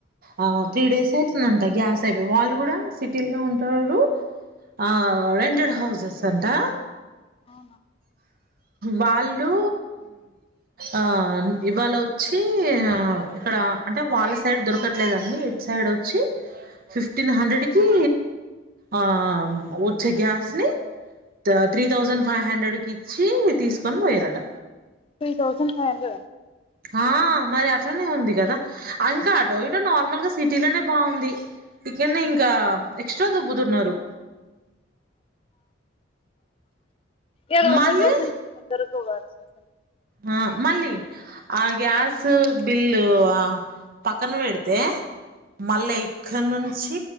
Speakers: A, on the right; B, on the left.
A: ఆ త్రీ డేస్ అయితుందంట గ్యాస్ అయిపోయి, వాళ్ళు కూడా సిటీల్నే ఉంటరు, ఆ రెంటెడ్ హౌసెస్ అంటా.
B: అవునా.
A: వాళ్ళు ఆ ఇవాళ వచ్చి ఆ ఇక్కడ అంటే, వాళ్ళ సైడ్ దొరకట్లేదనీ ఇట్ సైడ్ ఒచ్చి, ఫిఫ్టీన్ హండ్రెడ్ కి ఆ వచ్చే గ్యాస్ ని త్రీ థౌసండ్ ఫైవ్ హండ్రెడ్ కి ఇచ్చి తీసుకని పోయిర్రట.
B: Three thousand five hundred?
A: ఆ, మరి అట్లనే ఉంది కదా. ఇంకా అటో, ఇటో నార్మల్ గా సిటీ లోనే బాగుంది, ఇక్కన్నే ఇంకా ఎక్స్ట్రా దొబ్బుతున్నరు.
B: ఏదో, ఒక్క
A: మళ్ళీ
B: రోజు నింపుకుంటరు. <unintelligible> అసల్
A: ఆ మళ్ళీ, ఆ గ్యాస్ బిల్లు ఆ పక్కన పెడితే, మళ్ళ ఇక్కడి నుంచి